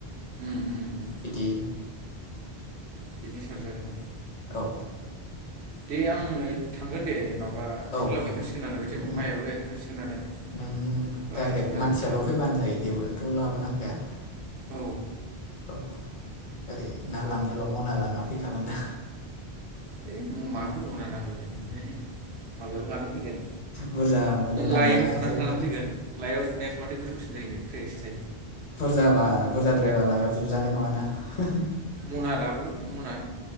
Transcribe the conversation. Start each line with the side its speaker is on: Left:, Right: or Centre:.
Right: उम उम उम
Left: बिदि
Right: बिजों सारजागोन ओं।
Left: औ
Right: दे आंनो थांगोन दे माबा
Left: औ
Right: सोलाब
Left: औ
Right: हैखासिगोन आङो
Left: बेखौनो
Right: बे टाइमाव माइआबो गायखांखासिगोन नालाय।
Left: नों
Right: बारा
Left: डाइरेक्ट
Right: बुरजा
Left: मानसियाल'
Right: गैखाला
Left: फैबानो जायो जेबोथ' लाबोनांखाया।
Right: औ
Left: औ ओरै
Right: माबा
Left: ना लांनोल' मना लाना फैखाबानो
Right: है मा मना नांगोलै। माबायाव लानानै फैगोन
Left: बुरजा मोनोना
Right: लाइयाव
Left: नाया
Right: जुनानै
Left: एसे ओंखायनो
Right: लानानै फैगोन। लाइआव जुनायासो माथो गोथावसिन जायोनो फ्रेस थायो।
Left: बुरजाबा बुरजाद्रायबा लाइयाव जुजानाय नङादां।
Right: मना लाबोगोन मना